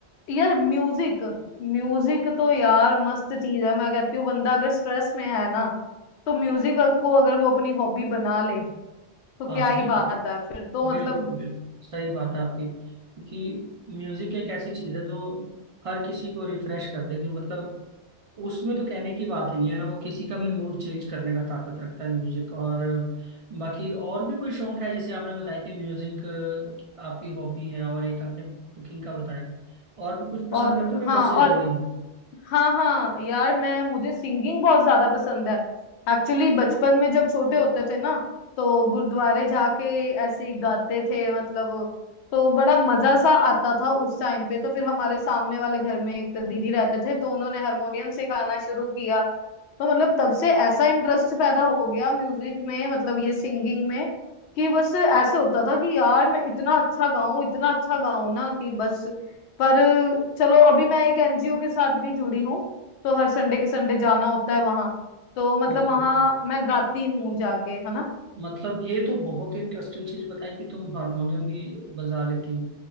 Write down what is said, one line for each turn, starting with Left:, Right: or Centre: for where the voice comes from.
Left: यार म्यूजिक म्यूजिक तो यार मस्त चीज है मैं कहती हूँ बंदा अगर स्ट्रेस में है ना तो म्यूजिक को अगर वो अपनी हॉबी बना ले तो क्या
Right: हाँ
Left: ही
Right: बिल्कुल
Left: बात है फिर तो
Right: बिल्कुल
Left: मतलब
Right: बिल्कुल सही बात है आपकी क्योंकि म्यूजिक एक ऐसी चीज है जो हर किसी को रिफ्रेश कर देगी मतलब उसमें तो कहने की बात ही नहीं है ना वो किसी का भी मूड चेंज करने का ताकत रखता है म्यूजिक और बाकी और भी कोई शौक है जैसे आपने बताया कि म्यूजिक अ, आपकी हॉबी है और एक आपने कुकिंग का बताया और भी कुछ पसंद
Left: और
Right: करते हो क्या
Left: हाँ
Right: बस
Left: और
Right: ये दो ही हैं
Left: हाँ हाँ यार मैं मुझे सिंगिंग बहुत ज्यादा पसंद है एक्चुअली बचपन में जब छोटे होते थे ना तो गुरुद्वारे जाके ऐसे ही गाते थे मतलब तो बड़ा मजा सा आता था उस टाइम पे तो फिर हमारे सामने वाले घर में एक दीदी रहते थे तो उन्होंने हारमोनियम सिखाना शुरू किया तो मतलब तब से ऐसा इंटरेस्ट पैदा हो गया म्यूजिक में मतलब ये सिंगिंग में कि बस ऐसे होता था कि यार मैं इतना अच्छा गाऊं इतना अच्छा गाऊं ना कि बस पर चलो अभी मैं एक एनजीओ के साथ भी जुड़ी हूँ तो हर संडे के संडे जाना होता है वहां तो मतलब
Right: Okay
Left: वहां
Right: okay
Left: मैं गाती हूँ जाके है ना
Right: मतलब ये तो बहुत ही इंटरेस्टिंग चीज बताई कि तुम हारमोनियम भी बजा लेती हो